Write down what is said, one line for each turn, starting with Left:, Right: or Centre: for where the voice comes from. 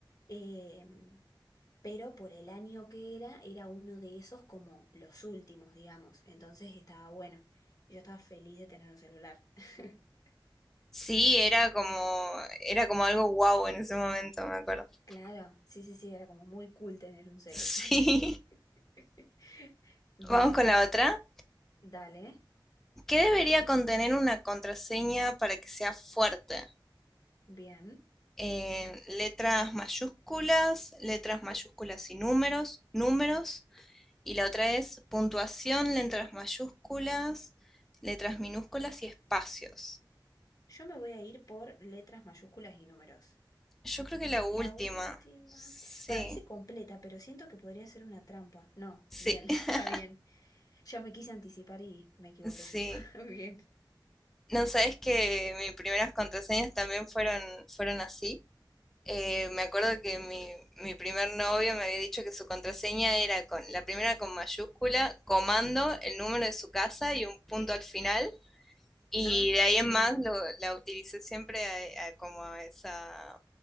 Left: em, pero por el año que era, era uno de esos como los últimos, digamos, entonces estaba bueno, y yo estaba feliz de tener un celular. <laughs>
Centre: Sí, era como, era como algo guau en ese momento, me acuerdo. <laughs>
Left: Claro, sí, sí, sí, era como muy cool tener un celu.
Centre: Sí.
Left: <laughs> Bien,
Centre: Vamos con la otra.
Left: dale,
Centre: ¿Qué debería contener una contraseña para que sea fuerte?
Left: bien.
Centre: Eh, letras mayúsculas, letras mayúsculas y números, números. Y la otra es puntuación, letras mayúsculas, letras minúsculas y espacios.
Left: Yo me voy a ir por letras mayúsculas y números.
Centre: Yo creo que la última.
Left: La última.
Centre: Sí,
Left: Parece completa, pero siento que podría ser una trampa. No,
Centre: sí,
Left: bien,
Centre: <laughs>
Left: <laughs> está bien. Yo me quise anticipar y me equivoqué
Centre: sí.
Left: yo. <laughs> Bien.
Centre: No sabes que mis primeras contraseñas también fueron, fueron así. Eh, me acuerdo que mi, mi primer novio me había dicho que su contraseña era con la primera con mayúscula, comando, el número de su casa y un punto al final. Y
Left: Ah,
Centre: de ahí en
Left: mira.
Centre: más lo- la utilicé siempre a- a como a esa,